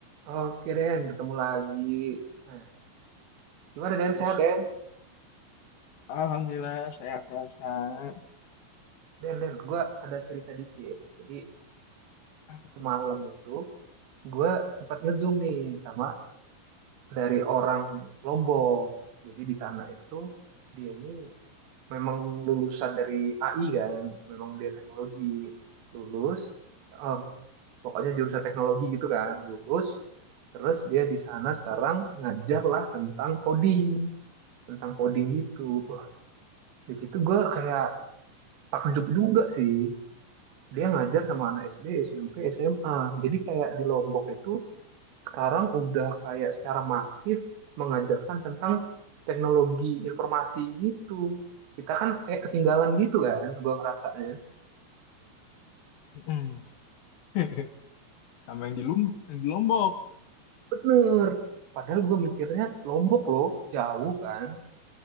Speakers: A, on the right (about 65°); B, on the left (about 75°).
A: Oh, Oke Den, ketemu lagi. Nah, gimana Den,
B: Terus,
A: sehat Den?
B: Alhamdulillah sehat-sehat sehat.
A: Den, Den, gue ada cerita dikit. Jadi
B: Apa
A: semalam
B: tuh?
A: itu gue sempat ngezoom nih sama dari orang Lombok. Jadi di sana itu dia ini memang lulusan dari AI kan, memang dia teknologi lulus, eh, pokoknya jurusan teknologi gitu kan, lulus. Terus dia di sana sekarang ngajar lah tentang coding, tentang coding gitu. Wah, di situ gue kayak takjub juga sih dia ngajar sama anak SD, SMP, SMA. Jadi kayak di Lombok itu sekarang udah kayak secara masif mengajarkan tentang teknologi informasi gitu. Kita kan kayak ketinggalan gitu kan, gua ngerasanya.
B: Mm-mm. <laughs> Sama yang di Lombok,
A: Jadi
B: yang di Lombok.
A: bener. Padahal gua mikirnya Lombok loh, jauh kan.